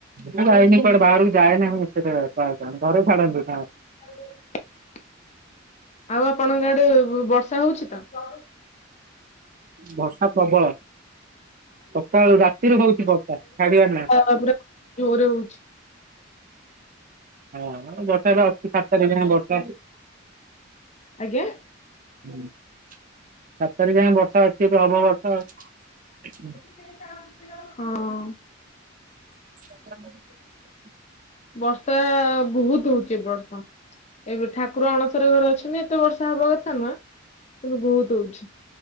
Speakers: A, on the right; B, on the left.
A: ମୁଁ ଯାଇନି କୁଆଡ଼େ ବାହାରକୁ ଯାଏନି ବେଶୀ ଟ ପ୍ରାୟ ଟାଇମ୍ ଘରେ ଛାଡ଼ନ୍ତିନି ଆଉ।
B: <unintelligible> ଆଉ ଆପଣଙ୍କ ଆଡେ ବ ବର୍ଷା ହଉଛି ତ?
A: ବର୍ଷା ପ୍ରବଳ ସକାଳୁ ରାତିରୁ ହଉଛି ବର୍ଷା ଛାଡିବାର ନାହିଁ।
B: ତାର ପୁରା ଜୋରେ ହଉଛି।
A: ହଁ ମାନେ ବର୍ଷା ଅଛି ସାତ ତାରିଖ ଯାଏଁ ବର୍ଷା। ହୁଁ
B: ଆଜ୍ଞା।
A: ସାତ ତାରିଖ ଯାଏ ବର୍ଷା ଅଛି ଏବେ ହବ ବର୍ଷା ଆଉ।
B: ହଁ।
A: <unintelligible>
B: ବର୍ଷା ବହୁତ ହୋଉଚ ଏ ବର୍ଷ। ଏବେ ଠାକୁର ଅଣସର ଘରେ ଅଛନ୍ତି ଏତେ ବର୍ଷା ହବା କଥା ନୁହ। କିନ୍ତୁ ବହୁତ ହଉଛି